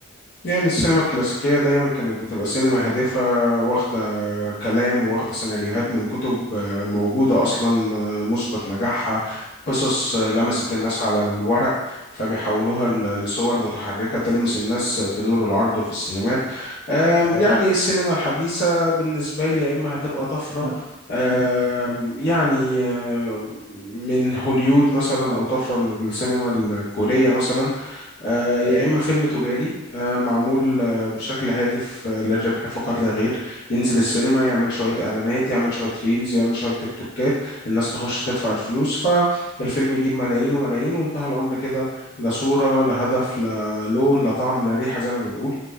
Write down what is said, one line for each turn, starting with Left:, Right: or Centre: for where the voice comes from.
Left: يعني السينما الكلاسيكية دايما كانت بتبقى سينما هادفة واخدة كلام واخدة سيناريوهات من كتب آه، موجودة أصلا آه، مثبت نجاحها قصص آه، لمست
Right: م-
Left: الناس على الورق فبيحولوها
Right: م-
Left: ل- لصور متحركة تلمس الناس في دور العرض وفي السينمات آم،
Right: أيوه.
Left: يعني السينما الحديثة بالنسبة لي يا إما هتبقى طفرة
Right: م-
Left: آم،
Right: م- م-
Left: يعني آم، من هوليود مثلا أو طفرة من السينما الكورية مثلا آه، يا
Right: أيوه.
Left: إما فيلم تجاري آه، معمول آه، بشكل هادف آه، للربح فقط لا غير ينزل السينما يعمل شوية إعلانات يعمل شوية ريلز يعمل شوية تيك توكات الناس تخش تدفع الفلوس فالفيلم يجيب ملايين وملايين وانتهى الأمر كده لا صورة لا هدف لا لون لا طعم لا ريحة زي ما بنقول